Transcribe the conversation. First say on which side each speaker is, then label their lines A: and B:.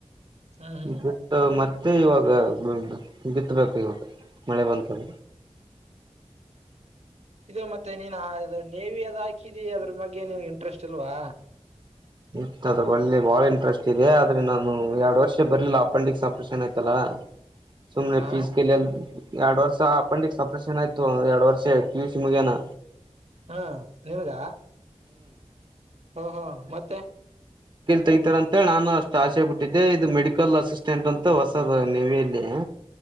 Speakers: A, on the right; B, on the right.
A: ಹ್ಮ್ ಹ್ಮ್
B: ಬಿಟ್ಟ ಮತ್ತೆ ತ್ತ ಇವಾಗ ಬಿತ್ಬೇಕು ಇವತ್ತು ಮಳೆ ಬಂತಾಗ
A: ಇದು ಮತ್ತೆ ನೀನ್ ನೀವಿ ಅದ್ ಹಾಕಿದಿ ಅದ್ರ ಬಗ್ಗೆ ನಿನ್ಗೆ ಇಂಟ್ರೆಸ್ಟ್ ಅಲ್ವಾ
B: ಇ ಅದ್ರ ಬಲ್ಲಿ ಬಾಳ ಇಂಟ್ರೆಸ್ಟ್ ಇದೆ ಆದ್ರೆ ನಾನು ಎರಡ್ ವರ್ಷ ಬರ್ಲಿಲ್ಲ ಅಪೆಂಡಿಕ್ಸ್ ಆಪ್ರೇಷನ್ ಆಯ್ತಲ್ಲಾ ಸುಮನೆಫೀಸ್ಕ
A: ಹ
B: ಎರಡ್ ವರ್ಷ ಅಪೆಂಡಿಕ್ ಸಪ್ರೇಷನ್ ಆಯ್ತು ಎರಡ್ ವರ್ಷ ಪಿ ಯು ಸಿ ಮುಗೇನ
A: ಹಾ ನಿನ್ಗ ಹ ಹಾ ಮತ್ತೆ
B: ತಗತಾರ ಅಂತ ನಾನು ಅಷ್ಟ್ ಆಶೆ ಬಿಟ್ಟಿದ್ದೆ ಇದು ಮೆಡಿಕಲ್ ಅಸಿಸ್ಟೆಂಟ್ ಅಂತಸ್ತ ನವಲ್ಲಿ